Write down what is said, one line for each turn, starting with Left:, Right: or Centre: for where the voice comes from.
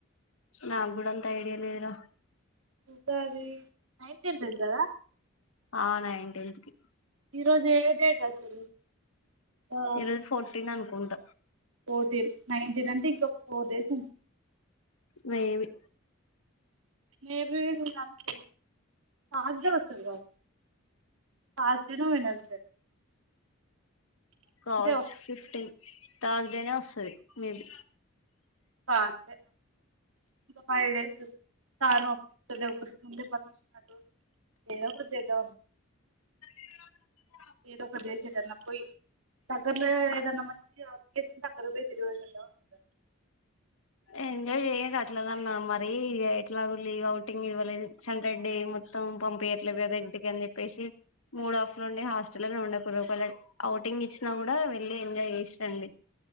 Left: నాకు కూడా అంత ఐడియా లేదురా
Right: ఉగాది నైటెంత్ కి కదా
Left: ఆ నైటెంత్ కి
Right: ఈరోజు ఏ డేట్ అసలు ఆ
Left: ఈరోజు ఫోర్టీన్ అనుకుంట
Right: ఫోర్టీన్ నైన్టీన్ అంటే ఇంక ఫోర్ డేస్ ఉంది
Left: మేబి
Right: మేబి నువ్వు <unintelligible> హాలిడే వస్తాది కావచ్చు పాస్ చేయను నేను ఎళ్తే
Left: కావచ్చు
Right: వస్తది
Left: ఫిఫ్టీన్ తౌజనే వస్తది మేబి
Right: తర్సుడే ఇంకా ఫైవ్ డేస్ సారును ఓప్పితలేవు ముందే పర్మిషను అడుగు ఏదో ఒకటి చేద్దాం
Left: అ
Right: ఏదో ఒకటి జేసి ఏటన్న పోయి దగ్గరలో ఏదన్నా మంచి ప్లేస్ ఉంటే అక్కడ పోయి తిరిగేషి అద్దం
Left: ఎ ఎంజాయ్ చేయండి అట్లానన్న మరి ఇగ ఎట్లాగు లీఔటింగ్ ఇవ్వలేదు ఇచ్చన్ రేడ్డి మొత్తం పే ఎట్ల బ్రదర్ ఇంటికి అని చెప్పేసి మూడు హఫ్ లుండి హాస్టల్లనే ఉండకూలీ లోపలే ఔటింగ్ ఇచ్చినా కూడా వెళ్ళి ఎంజాయ్ చేసిరండి